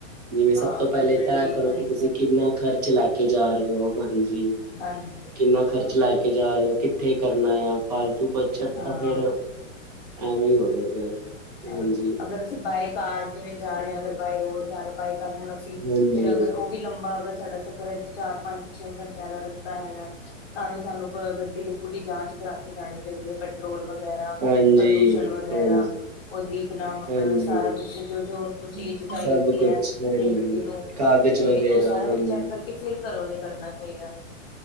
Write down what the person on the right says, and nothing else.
ਜਿਵੇਂ ਸਭ
ਤੋਂ ਪਹਿਲੇ
ਤੈਅ
ਕਰੋ,
ਕਿ ਤੁਸੀਂ
ਕਿੰਨਾ ਖਰਚ- ਲੈ ਕੇ ਜਾ ਰਹੇ ਹੋ, ਹਾਂਜੀ,
ਕਿੰਨਾ
ਖਰਚ ਲੈ ਕੇ- ਕੇ ਜਾ ਜਾਓ ਕਿੱਥੇ ਕਰਨਾ ਆ, ਫਾਲਤੂ ਬੱਚਤ
ਤਾਂ ਫਿਰ- ਐਵੇ ਹੀ ਹੋ ਜਾਂਦਾ ਹੈ।
ਹਾਂਜੀ
ਹਾਂਜੀ
ਹਾਂਜੀ
ਹਾਂਜੀ
ਹਾਂਜੀ
ਸਭ ਕੁਛ
ਹਾਂਜੀ
ਕਾਗਜ਼
ਵਗੈਰਾ
ਹਾਂਜੀ